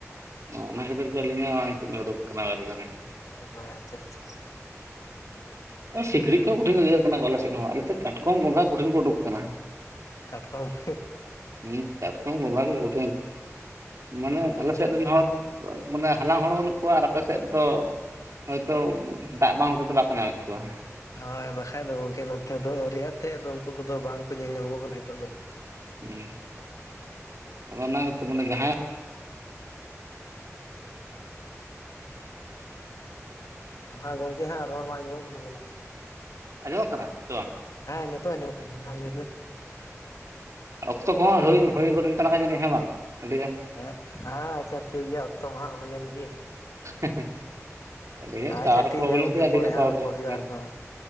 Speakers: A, on the right (about 65°); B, on the left (about 85°).
A: ᱚᱼ ᱚᱱᱟ ᱠᱷᱟᱹᱛᱤᱨ ᱜᱮ, ᱟᱹᱞᱤᱧ ᱦᱚᱸ ᱱᱤᱛᱚᱜ ᱞᱤᱧ, ᱩᱰᱩᱠ ᱟᱠᱟᱱᱟ ᱵᱟᱨ ᱫᱷᱟᱨᱮ ᱾
B: ᱦᱳᱭ! ᱟᱪᱪᱟ, ᱟᱪᱪᱟ ᱾
A: ᱥᱤᱸᱠᱲᱤᱡ ᱠᱚᱦᱚᱸ ᱠᱚᱴᱷᱤᱱ ᱠᱚ, ᱜᱮᱜᱮᱨ ᱠᱟᱱᱟ ᱾ ᱟᱞᱮ ᱥᱮᱫ ᱦᱚᱸ᱾ ᱟᱞᱮ ᱥᱮᱫ ᱠᱟᱴᱠᱚᱢ, ᱜᱚᱸᱜᱷᱟ ᱠᱚᱴᱷᱤᱱ ᱠᱚ, ᱩᱰᱩᱠ ᱟᱠᱟᱱᱟ ᱾
B: ᱠᱟᱴᱠᱚᱢ, ᱦᱦᱟᱸᱦ ᱾
A: ᱦᱩᱸ, ᱠᱟᱴᱠᱚᱢ ᱜᱚᱸᱝᱜᱷᱟ ᱠᱚ ᱠᱚᱴᱷᱤᱱ, ᱢᱟᱱᱮ,
B: ᱦᱳᱭ
A: ᱟᱞᱮ ᱥᱮᱫ ᱨᱮᱱ ᱦᱚᱲ! ᱣᱵ, ᱢᱟᱱᱮ, ᱦᱟᱞᱟᱝ ᱦᱚᱲ ᱵᱟᱹᱱᱩᱜ ᱠᱚᱣᱟ ᱾ ᱟᱨ ᱟᱯᱮ ᱥᱮᱫ ᱫᱚ? ᱦᱳᱭ ᱛᱳ ᱫᱟᱜ ᱵᱟᱝ ᱦᱚᱛᱮ ᱛᱮ, ᱵᱟᱠᱚ ᱧᱟᱢᱮᱫ ᱠᱚᱣᱟ‌ ᱾
B: ᱦᱳᱭ ᱵᱟᱠᱷᱟᱡ ᱫᱚ, ᱜᱚᱢᱠᱮ ᱱᱚᱛᱮ ᱫᱚ, ᱟᱹᱣᱨᱤᱭᱟᱜ ᱛᱮᱫ ᱫᱚ, ᱩᱱᱠᱩ ᱠᱚᱫᱚ, ᱵᱟᱝ ᱠᱚ ᱧᱮᱞ ᱧᱟᱢᱚᱜᱚᱜ ᱠᱟᱱᱟ, ᱱᱤᱛᱚᱜ ᱫᱚ ᱾
A: <inaudible> ᱟᱫᱚ, ᱚᱱᱟ ᱜᱮᱛᱚ, ᱡᱟᱦᱟᱸᱭ
B: ᱦᱟᱸ, ᱜᱚᱝᱠᱮ ᱦᱟᱸᱜ ᱾ ᱨᱚᱲ ᱵᱟᱝ ᱟᱡᱚᱢᱚᱜ ᱠᱟᱱᱟ᱾ <inaudible>
A: ᱟᱸᱡᱚᱢᱚᱜ ᱠᱟᱱᱟ ᱥᱮ ᱵᱟᱝ?
B: ᱦᱮᱸᱻ, ᱱᱤᱛᱚᱜ ᱟᱸᱡᱚᱜ ᱠᱟᱱᱟ ᱦᱟᱸᱜ, ᱞᱟᱹᱭ ᱢᱮ ᱾
A: ᱚᱠᱛᱚ ᱠᱚᱦᱚᱸ, ᱦᱩᱭᱮᱱ, ᱦᱩᱭ ᱜᱚᱫ ᱮᱱᱟ ᱛᱟᱞᱟᱝ ᱡᱟᱹᱱᱤᱡ ᱦᱮᱸ ᱵᱟᱝ? ᱟᱹᱰᱤᱜᱟᱱ ᱾
B: ᱦᱮᱸᱼ ᱦᱟᱸ, ᱟᱪᱪᱷᱟ ᱴᱷᱤᱠᱜᱮᱭᱟ ᱾ᱚᱠᱛᱚ ᱢᱟ ᱦᱟᱸᱜ ᱦᱩᱭᱮᱱ ᱜᱮ ᱾
A: <unintelligible> ᱟᱹᱰᱤᱜᱟᱱ
B: ᱟᱪᱪᱷᱟ!
A: ᱴᱟᱣᱟᱨ
B: ᱴᱷᱤᱠ
A: ᱯᱨᱚᱵᱞᱮᱢ
B: ᱜᱮᱭᱟ ᱜᱚᱝᱠᱮ,
A: ᱠᱮᱫᱟ ᱟᱹᱰᱤᱜᱟᱱ
B: ᱯᱚᱨᱮ ᱦᱟᱸᱜ
A: ᱨᱚᱲ
B: ᱨᱚᱯᱚᱲ
A: ᱠᱚ
B: ᱦᱩᱭᱩᱜ-ᱟ
A: ᱦᱮᱸ
B: ᱾ ᱟᱨᱦᱚᱸ,